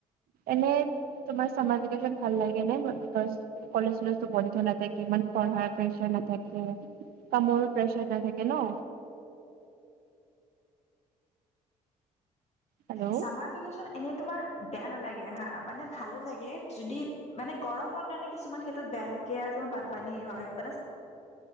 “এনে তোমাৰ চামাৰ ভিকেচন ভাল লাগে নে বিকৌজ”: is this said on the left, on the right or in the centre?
Right